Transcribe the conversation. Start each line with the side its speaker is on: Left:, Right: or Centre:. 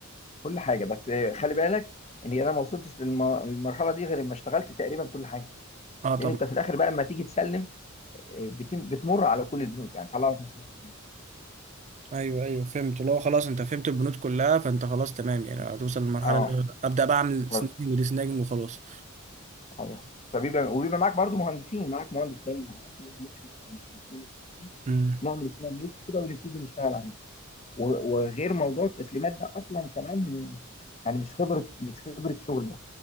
Left: كل حاجه بس آه، خلي بالك ان انا ما وصلتش للم- للمرحله دي غير لما اشتغلت تقريبا كل حاجه
Right: اه طبعا
Left: لان انت في الاخر بقى لما تيجي تسلم آه، بتم- بتمر على كل البنود يعني طلع لك مثلا
Right: ايوه ايوه فهمت اللي هو خلاص انت فهمت البنود كلها فانت خلاص تمام يعني هتوصل للمرحلة
Left: اه
Right: اللي ابدا بقى اعمل
Left: برضه.
Right: سناجنج ودي سناجنج وخلاص
Left: ايوه فبيبقى وبيبقى معاك برضو مهندسين معاك مهندس تاني معاك ومشرف او مش الاثنين مشرفين
Right: مم.
Left: نعمل سناب ليست كده ونبتدي نشتغل عليه و- وغير موضوع التسليمات ده اصلا كمان يعني مش خبره مش خبره شغل بس